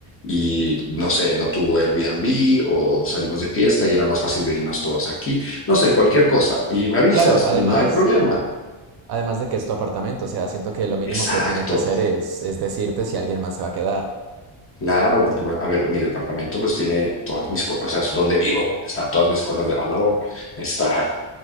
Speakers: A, on the left; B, on the right.
A: y no sé, no tuvo Airbnb o salimos de fiesta y era más fácil venirnos todos aquí, no sé, cualquier cosa. Y me avisas
B: claro, además,
A: y no hay problema.
B: a- Además de que es tu apartamento, o sea, siento que lo mínimo
A: Exacto.
B: que tiene que hacer es, es decirte si alguien más se va a quedar.
A: Claro, porque, bueno, a ver, mi departamento pues tiene todas mis cosas, o sea, es donde vivo, están todas mis cosas de valor, está